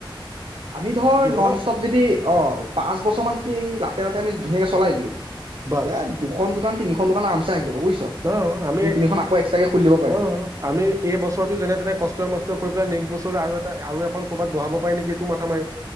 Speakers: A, on the right (about 85°); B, on the right (about 35°).
A: আমি ধৰ নন
B: ন
A: ষ্টপ যদি অ' পাঁচ বছৰমানান যদি তেনেকে আমি ধুনীয়াকে চলাই দিলো
B: বাছ
A: এতিয়া দুখন দোকান তিনিখন দোকান আৰামছে আহি যাব বুজিছ
B: অ' আমি
A: দুই তিনিখন আকৌ এক্সট্ৰাকে খুলি দিব পাৰিম
B: অঁ আমি এই বছৰটো যেনে তেনে কষ্ট মষ্ট কৰি নেক্স বছৰ আৰু এটা আৰু এখন ক'বাত বহাব পাৰি নেকি এইটো মাথা মাৰিম